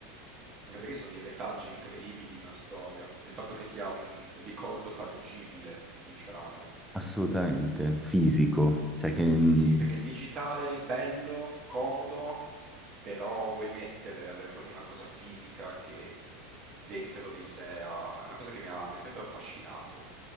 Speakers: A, on the right; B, in the centre.
A: Anche perché sono dei retaggi incredibili di una storia, cioè il fatto che sia un ricordo tangibile, diciamo.
B: assolutamente, fisico, cioè che... mm,
A: Sì, perché il digitale è bello, comodo, però vuoi mettere, avere proprio una cosa fisica che dentro di sé ha... è una cosa che mi ha, mi ha sempre affascinato,